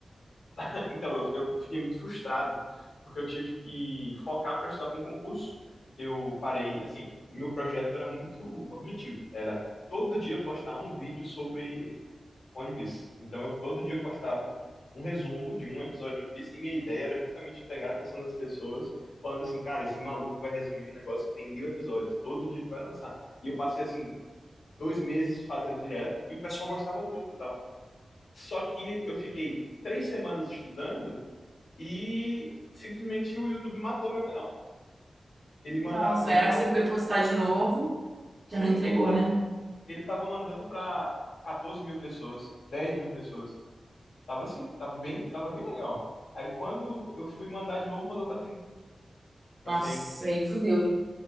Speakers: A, on the left; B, on the right.
A: <laughs> Então, eu, eu fiquei muito frustrado, porque eu tive que focar para estudar para um concurso. Eu parei, assim, meu projeto era muito objetivo. Era todo dia eu postar um vídeo sobre One Piece. Então eu todo dia eu postava um resumo de um episódio de One Piece e minha ideia era justamente pegar a atenção das pessoas, falando assim, cara, esse maluco vai resumir um negócio que tem mil episódios, todo dia ele vai lançar. E eu passei assim dois meses fazendo direto e o pessoal gostava muito e tal. Só que eu fiquei três semanas estudando e simplesmente o YouTube matou meu canal. Ele mandava,
B: Nossa,
A: ele
B: era
A: tava,
B: que você foi postar de novo,
A: sim,
B: já não entregou,
A: ele tava,
B: né?
A: ele tava mandando para 14 mil pessoas, 10 mil pessoas. Tava assim, tava bem, tava bem legal. Aí quando eu fui mandar de novo, mandou pra 30 pra
B: Nossa,
A: 100.
B: aí fudeu, hein?